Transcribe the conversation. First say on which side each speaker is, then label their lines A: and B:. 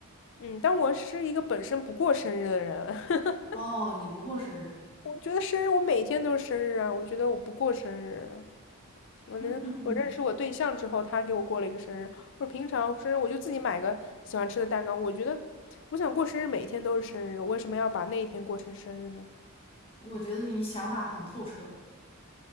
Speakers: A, on the left; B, on the left.
A: 嗯，但我是一个本身不过生日的人，<laughs>
B: 哦，你不过生日。
A: 我觉得生日，我每天都是生日啊！我觉得我不过生日啊，我能我认识我对象之后，
B: <laughs>
A: 他给我过了一个生日。我平常生日我就自己买个喜欢吃的蛋糕。我觉得我想过生日，每天都是生日，我为什么要把那一天过成生日呢？
B: 我觉得你想法很透彻，